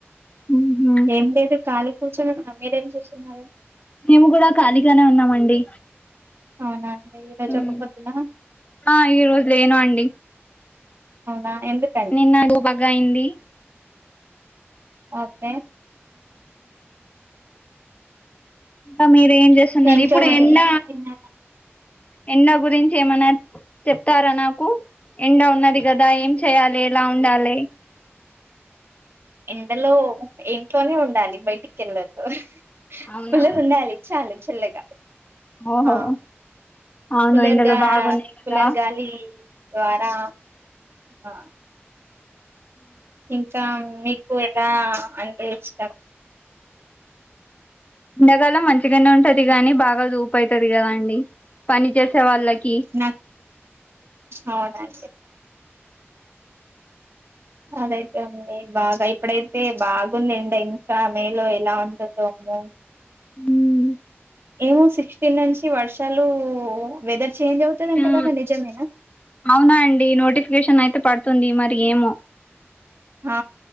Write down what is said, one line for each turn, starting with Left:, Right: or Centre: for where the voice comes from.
Left: ఊహూ
Right: ఏం లేదు ఖాళీ కూర్చోని ఉన్నాం మీరు ఏం చేస్తున్నారు
Left: మేము గూడా ఖాళీగానే ఉన్నామండి
Right: అవునా ఈరోజు
Left: ఉమ్
Right: ఒక పొద్దున
Left: ఆ ఈ రోజు లేను అండి
Right: అవునా ఎందుకండి
Left: నిన్నడు బాగా అయింది
Right: ఓకే
Left: ఇంకా మీరు ఏం చేస్తున్నది
Right: ఇంకా
Left: ఇప్పుడు
Right: మరి
Left: ఎండ
Right: తిన్నారా
Left: ఎండ గురించి ఏమన చెప్తారా నాకు ఎండా ఉన్నది కదా ఏం చెయాలి ఎలా ఉండాలి
Right: ఎండలో ఇంట్లోనే ఉండాలి బయటికెళ్ళోదు
Left: అవునా
Right: కూలర్ ఉండాలి చాలు చల్లగా
Left: ఓహో
Right: ఆ
Left: అవును
Right: కులర్గా
Left: ఎండలు బాగున్నాయి కదా
Right: కులేర్గాలి ద్వారా ఆ ఇంకా మీకు ఎలా అంటే ఇష్టం
Left: ఎండాకాలం మంచిగానే ఉంటది గాని బాగా ూపు అయితది కదా అండి పని చేసే వాళ్ళ కి
Right: నాకు అవునండి అదైతే ఉంది బాగా ఇప్పుడైతే బాగుంది ఎండ ఇంకా మేలో ఎలా ఉంటదో మ్మో
Left: హుమ్
Right: ఏమో సిక్స్టీన్ నుంచి వర్షాలు వెదర్ చేంజ్ అవుతదంట
Left: ఆ
Right: కదా నిజమేనా
Left: అవునా అండి నోటిఫికేషన్ అయితే పడుతుంది మరి ఏమో
Right: హ